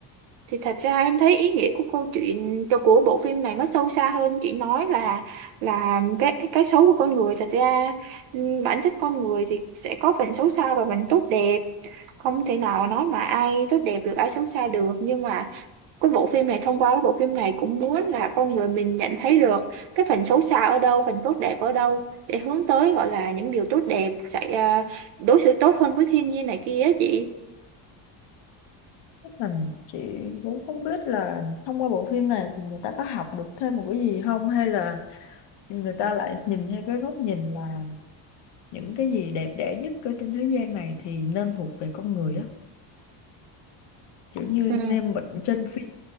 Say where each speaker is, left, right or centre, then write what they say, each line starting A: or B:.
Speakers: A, on the right; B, on the left.
A: Thì thật ra em thấy ý nghĩa của câu chuyện cho của bộ phim này nó sâu xa hơn. Chị nói là là cái cái xấu của con người thật ra ừm, bản chất con người thì sẽ có phần xấu xa và phần tốt đẹp. Không thể nào nói mà ai tốt đẹp được ai xấu xa được nhưng mà cái bộ phim này thông qua cái bộ phim này cũng muốn là con người mình nhận thấy được cái phần xấu xa ở đâu phần tốt đẹp ở đâu để hướng tới gọi là những điều tốt đẹp sẽ à, đối xử tốt hơn với thiên nhiên này kia á chị
B: Mình chị cũng không biết là thông qua bộ phim này thì người ta có học được thêm một cái gì không hay là người ta lại nhìn theo cái góc nhìn là những cái gì đẹp đẽ nhất ở trên thế gian này thì nên thuộc về con người á kiểu như
A: ừ
B: nên bệnh trên phim